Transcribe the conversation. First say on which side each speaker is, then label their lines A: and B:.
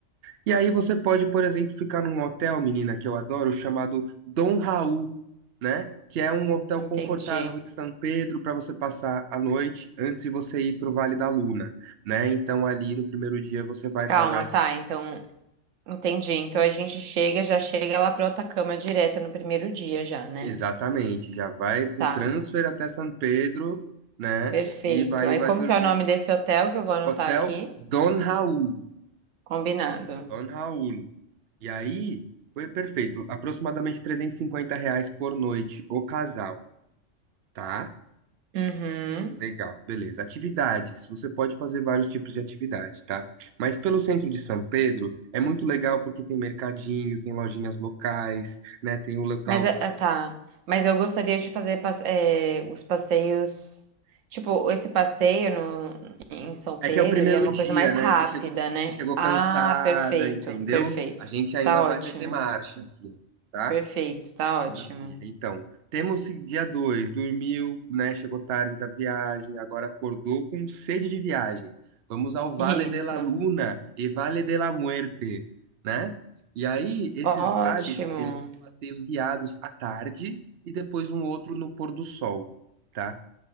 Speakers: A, on the right (about 60°); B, on the right (about 85°).
A: E aí você pode, por exemplo, ficar num hotel, menina, que eu adoro, chamado Dom Raul, né? Que é um hotel
B: Entendi.
A: confortável em São Pedro para você passar a noite antes de você ir pro Vale da Luna, né? Então ali no primeiro dia você vai
B: Calma,
A: pagar ali-
B: tá, então entendi. Então a gente chega, já chega lá pro Atacama direto no primeiro dia já, né?
A: Exatamente, já vai pro
B: Tá.
A: transfer até São Pedro, né?
B: Perfeito.
A: E vai,
B: Aí
A: vai
B: como
A: dormir
B: que é o nome desse hotel que eu vou anotar
A: Hotel
B: aqui?
A: Don Raul.
B: Combinado.
A: Don Raul. E aí, foi perfeito. Aproximadamente 350 reais por noite, o casal, tá?
B: Uhum.
A: Legal, beleza. Atividades. Você pode fazer vários tipos de atividade, tá? Mas pelo centro de São Pedro é muito legal porque tem mercadinho, tem lojinhas locais, né? Tem o local.
B: Mas, ah, tá. Mas eu gostaria de fazer passe- eh, os passeios. Tipo, esse passeio no, em São Pedro,
A: É que é o primeiro
B: ele é uma
A: dia,
B: coisa mais
A: né?
B: rápida,
A: Você chegou,
B: né?
A: você chegou
B: Ah,
A: cansada,
B: perfeito,
A: entendeu?
B: perfeito.
A: A gente ainda
B: Tá ótimo.
A: vai meter marcha aqui, tá?
B: Perfeito, tá ótimo.
A: Maravilha. Então, temos dia 2, dormiu, né? Chegou tarde da viagem, agora acordou com sede de viagem. Vamos ao Vale
B: Isso.
A: de la Luna e Vale de la Muerte, né? E aí, esses
B: Ótimo.
A: vales, eles são passeios guiados à tarde e depois um outro no pôr do sol, tá?